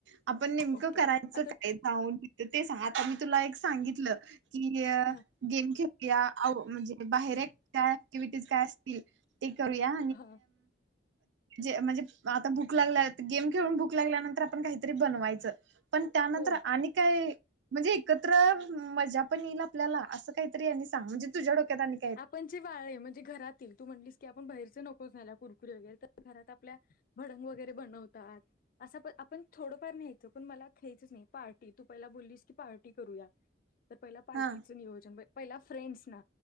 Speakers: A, on the right; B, on the left.
A: आपण नेमकं
B: ओके
A: काय करायचं
B: आता
A: आणि कुठे जायचं? ते सांग, आता मी तुला एक सांगितलं की,
B: हा
A: गेम खेळूया म्हणजे बाहेर. का, ॲक्टिव्हिटीज काय असतील ते करूया.
B: हा
A: जे म्हणजे आता भूक लागली, गेम खेळून भूक लागल्यानंतर आपण काहीतरी बनवायचं. पण त्यानंतर
B: हो
A: काय? म्हणजे एकत्र मजा पण येईल आपल्याला. असं काहीतरी तूच सांग, म्हणजे तुझ्या डोक्यात काय आहे ते. आणि
B: आपण जवळ म्हणजे घरात. तू म्हणालीस की, आपण बाहेरचं नकोच. नाहीतर कुरकुरे वगैरे खाण्यापेक्षा घरातच आपल्या भडंग वगैरे बनवू. असं पण आपण थोडंफार न्यायचं, पण मला खायचंच नाही. पार्टी तू पहिल्यांदा बोललीस की, पार्टी करूया. तर पहिलं पार्टीचं
A: हा
B: नियोजन. पहिल्यांदा फ्रेंड्सना,